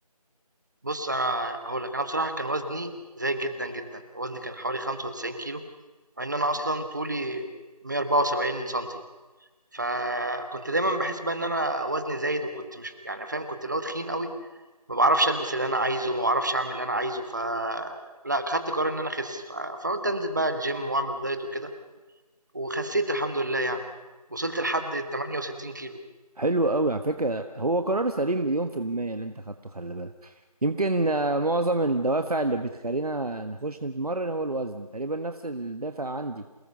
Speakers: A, on the right; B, on the right.
A: بص انا هقول لك انا بصراحة كان وزني زايد جدا جدا وزني كان حوالي 95 كيلو مع ان انا اصلا طولي 174 سنتي فكنت دايما بحس بقى ان انا وزني زايد وكنت مش يعني فاهم كنت اللي هو تخين قوي ما بعرفش البس اللي انا عايزه ما بعرفش اعمل اللي انا عايزه ف لا خدت قرار ان انا اخس ف- فقلت انزل بقى الجيم واعمل دايت وكده وخسيت الحمد لله يعني وصلت لحد 68 كيلو
B: حلو قوي على فكره هو قرار سليم مليون في الميه اللي انت خدته خلي بالك يمكن آه، معظم الدوافع اللي بتخلينا نخش نتمرن هو الوزن تقريبا نفس الدافع عندي